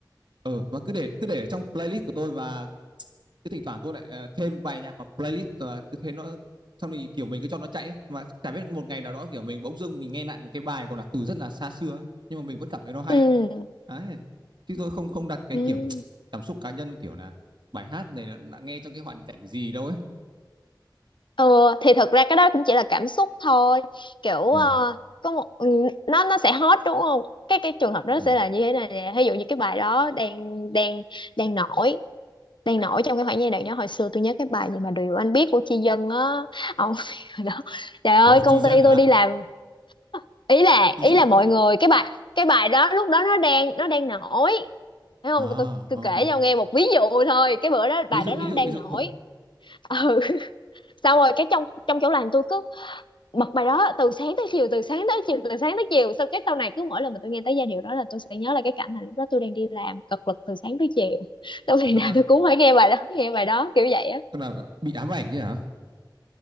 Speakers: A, on the right; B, on the left.
A: ờ, và cứ để cứ để ở trong playlist của tôi và cứ thỉnh thoảng tôi lại ờ, thêm bài nhạc vào playlist và cứ thế nó xong thì kiểu mình cứ cho nó chạy ấy. mà chả biết một ngày nào đó kiểu mình bỗng dưng mình nghe lại một cái bài gọi là từ rất là xa xưa ấy. nhưng mà mình vẫn cảm thấy nó hay
B: ừ
A: đấy chứ tôi không không đặt cái
B: ừ
A: kiểu cảm xúc cá nhân kiểu là bài hát này nó đã nghe trong cái hoàn cảnh gì đâu ấy
B: Ừ, thì thật ra cái đó cũng chỉ là cảm xúc thôi kiểu
A: ừ
B: ờ, có một ừ, nó nó sẽ hot đúng không cái cái trường hợp đó
A: ừ ừ.
B: sẽ là như thế này nè ví dụ như cái bài đó đang đang đang nổi đang nổi trong cái khoảng giai đoạn đó hồi xưa tôi nhớ cái bài gì mà điều anh biết của Chi Dân á ông <laughs> hồi đó trời ơi
A: ủa chị
B: công
A: dân
B: ty
A: hả
B: tôi đi làm ý là
A: chị
B: ý
A: dân
B: là mọi người cái bài cái bài đó lúc đó nó đang nó đang nổi thấy không
A: à
B: tôi, tôi
A: ok
B: kể cho ông nghe một ví dụ thôi cái bữa đó bài
A: ví dụ
B: đó
A: ví
B: nó
A: dụ
B: đang
A: ví dụ
B: nổi
A: ok
B: <laughs> ừ xong rồi cái trong trong chỗ làm tôi bật bài đó từ sáng tới chiều từ sáng tới chiều từ sáng tới chiều sau cái sau này cứ mỗi lần mà tôi nghe tới giai điệu đó là tôi sẽ nhớ là cái cảnh là lúc đó tôi đang đi làm cật lực từ sáng tới chiều <laughs> tôi ngày
A: à,
B: nào
A: tức là
B: tôi cũng phải nghe bài đó nghe bài đó kiểu vậy á
A: tôi là bị ám ảnh chứ hả